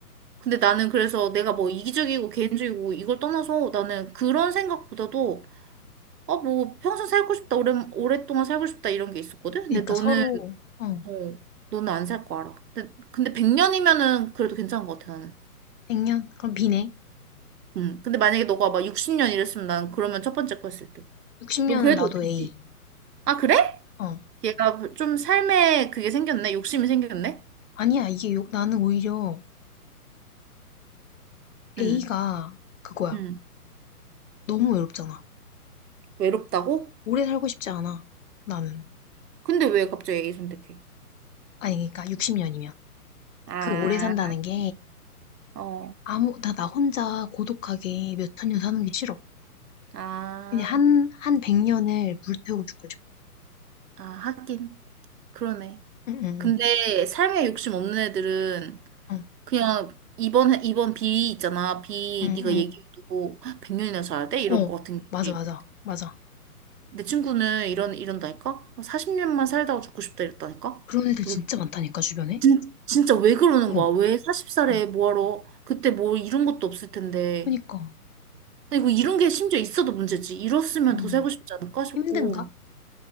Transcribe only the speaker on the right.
근데 나는 그래서 내가 뭐 이기적이고 개인적이고 이걸 떠나서 나는 그런 생각보다도 어, 뭐, 평생 살고 싶다, 오래, 오랫동안 살고 싶다, 이런 게 있었거든? 근데
너는,
어, 너는 안 살 거 알아. 근데, 근데 100년이면은 그래도 괜찮은 것 같아, 나는.
음. 근데 만약에 너가 막 60년 이랬으면 난 그러면 첫 번째 거 했을 때.
넌 그래도
어디지?
아, 그래?
얘가 좀 삶에 그게 생겼네? 욕심이 생겼네?
응,
응.
외롭다고?
근데 왜 갑자기 A 선택해?
아,
어,
아,
아, 하긴. 그러네.
근데 삶에 욕심 없는 애들은
그냥 이번 이번 비 있잖아. 비
네가 얘기해도 100년이나 살아야 돼? 이럴
것 같은
게.
내 친구는 이런 이런다니까? 40년만 살다가 죽고 싶다 이랬다니까?
왜-
진, 진짜 왜 그러는
거야? 왜 40살에
뭐하러 그때 뭐 이런 것도 없을 텐데.
아니 뭐 이런 게 심지어 있어도 문제지. 이렇으면
더 살고 싶지 않을까 싶고.